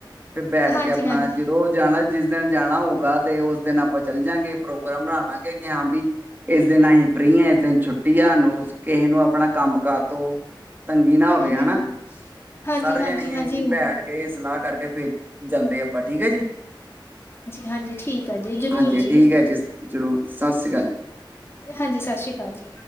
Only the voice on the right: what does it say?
ਤੇ ਬੈਠ
ਕੇ ਆਪਣਾ ਜਦੋਂ ਜਾਣਾ ਜਿਸ ਦਿਨ ਜਾਣਾ ਹੋਊਗਾ ਤੇ ਉਸ ਦਿਨ ਆਪਾਂ ਚੱਲ ਜਾਂਗੇ ਪ੍ਰੋਗਰਾਮ ਬਣਾ ਲਾਂਗੇ ਕਿ ਹਾਂ ਵੀ ਇਸ ਦਿਨ ਅਸੀਂ ਫਰੀ ਹ ਕਿਸ ਛੁੱਟੀਆਂ ਨੂੰ ਕਿਸੇ ਨੂੰ ਆਪਣਾ ਕੰਮ ਕਾਜ ਤੋਂ ਤੰਗੀ ਨਾ ਹੋਵੇ
ਹਨਾ
ਸਾਰੇ ਜਾਣੇ ਅਸੀ ਬੈਠ ਗਏ। ਸਲਾਹ ਕਰਕੇ ਫੇਰ ਜਾਂਦੇ ਆਪਾਂ ਠੀਕ ਹੈ ਜੀ
ਹਾਂਜੀ
ਠੀਕ ਹੈ ਜ਼ਰੂਰ ਸਤਿ ਸ਼੍ਰੀ ਅਕਾਲ